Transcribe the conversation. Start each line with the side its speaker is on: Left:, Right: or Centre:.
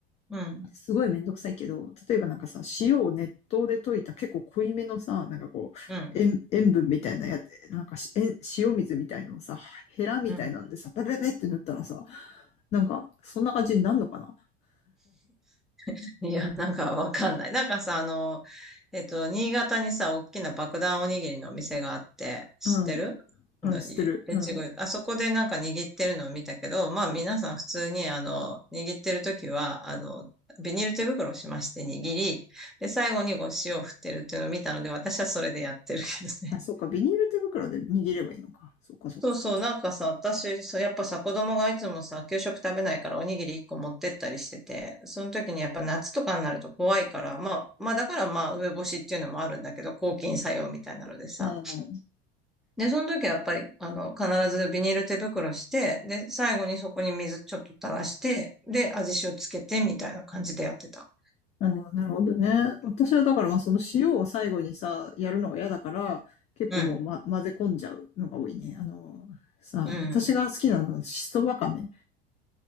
Centre: うん、
Left: すごいめんどくさいけど、例えばなんかさ、塩を熱湯で溶いた結構濃いめのさ、なんかこう、
Centre: うん、
Left: 塩塩分みたいなやつ、なんか塩塩水みたいなのをさ、ヘラみたいなんでさ、
Centre: うん。
Left: ペペペって塗ったらさ、なんか、そんな感じになるのかな
Centre: <laughs> いや、なんかわかんない。なんかさ、あの、えっと、新潟にさ、大きな爆弾おにぎりのお店があって、知ってるの、
Left: うん。うん、知ってる。
Centre: い越後湯あそこでなんか握ってるのを見たけど、
Left: うん。
Centre: まあ皆さん普通に、あの、握ってる時は、あの、ビニール手袋をしまして握り、で、最後にこう塩を振ってるっていうのを見たので、私はそれでやってるけどね。
Left: あ、そうか、ビニール手袋で握ればいいのか。そうか、そうか。
Centre: そうそう、なんかさ、私、そう、やっぱさ、子供がいつもさ、給食食べないからおにぎり1個持ってったりしてて、その時にやっぱ夏とかになると怖いから、まあ、まあだからまあ、梅干しっていうのもあるんだけど、抗菌作用みたいなのでさ。
Left: うん。
Centre: で、その時はやっぱり、あの、必ずビニール手袋して、で、最後にそこに水ちょっと垂らして、で、味塩つけてみたいな感じでやってた。
Left: うん、なるほどね。私はだから、まあ、その塩を最後にさ、やるのが嫌だから、結構もう、
Centre: うん、
Left: ま、混ぜ込んじゃうのが多いね。あの、さ、
Centre: うん、
Left: 私が好きなのは、しそわかめ。